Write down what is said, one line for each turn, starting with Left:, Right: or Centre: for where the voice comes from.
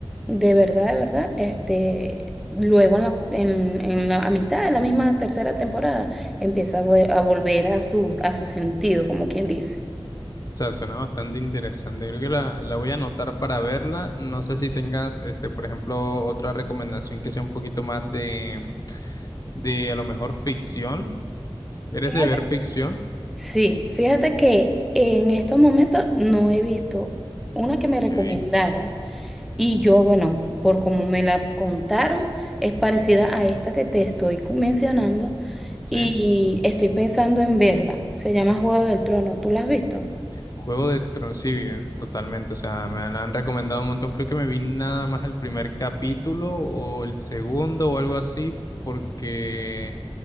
Centre: de verdad, de verdad, este, luego en la, en, en la- a mitad de la misma tercera temporada empieza a, vol- a volver a su, a su sentido, como quien dice.
Left: O sea, suena bastante interesante. Creo que la, la voy a anotar para verla. No sé si tengas, este, por ejemplo, otra recomendación que sea un poquito más de, de a lo mejor ficción ¿Eres
Centre: Fíjate
Left: de ver ficción?
Centre: Sí, fíjate que en estos momentos no he visto una que me
Left: Ok.
Centre: recomendaron y yo, bueno, por como me la contaron, es parecida a esta que te estoy cu- mencionando y
Left: Sí.
Centre: estoy pensando en verla. Se llama Juego del Trono, ¿tú la has visto?
Left: Juego de Tronos, sí, eh, totalmente. O sea, me la han recomendado un montón. Creo que me vi nada más el primer capítulo o el segundo o algo así, porque,